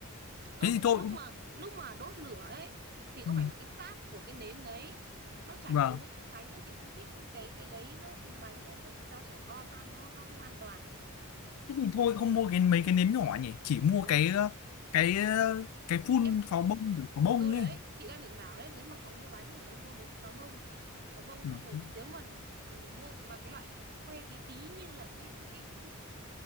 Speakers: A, on the right (about 45°); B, on the left (about 75°).
A: Không,
B: thế thì thôi
A: lúc mà lúc mà đốt lửa ấy thì có
B: ừ.
A: phải là cái sáp của cái nến đấy nó chảy
B: vâng
A: xuống cái miếng bánh ấy chị không thích cái cái đấy nó xuống bánh nó xong rồi cho trẻ con ăn nó nó không an toàn.
B: thế thì thôi không mua cái mấy cái nến nhỏ nhỉ chỉ mua
A: Ừ
B: cái ờ, cái ờ, cái phun
A: em
B: pháo bông kiểu pháo bông
A: ừ đấy
B: ấy
A: chị đang định bảo đấy nếu mà cậu mua bánh thì cậu mua mấy cái pháo bông pháo bông
B: Ừ.
A: xong rồi nếu mà ừ, mua mà cái loại que tí tí như là cái cái cái